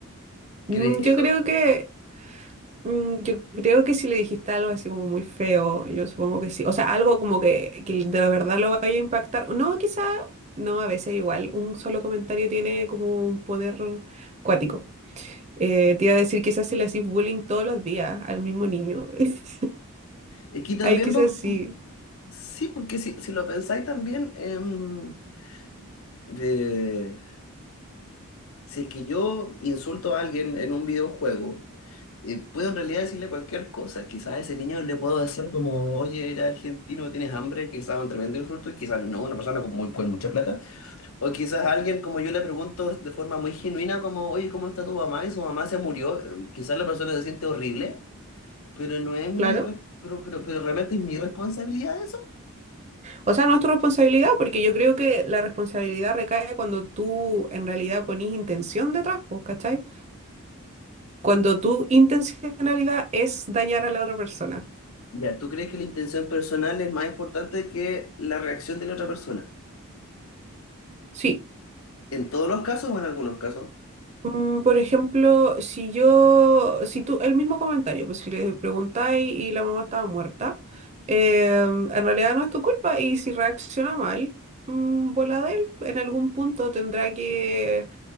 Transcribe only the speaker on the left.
¿Crees que
eso?
Es que también
va.
Sí, porque si, si lo pensáis también, em, de- si es que yo insulto a alguien en un videojuego, eh, puedo en realidad decirle cualquier cosa. Quizás a ese niño le puedo decir como, oye, eres argentino, tienes hambre, quizás un tremendo insulto, y quizás no, una persona con, muy, con mucha plata. O quizás a alguien como yo le pregunto de forma muy genuina como, oye, ¿cómo está tu mamá? Y su mamá se murió. Eh, Quizás la persona se siente horrible, pero no es mi...
re- Pero, pero, pero realmente es mi responsabilidad eso.
Ya, ¿tú crees que la intención personal es más importante que la reacción de la otra persona?
¿En todos los casos o en algunos casos?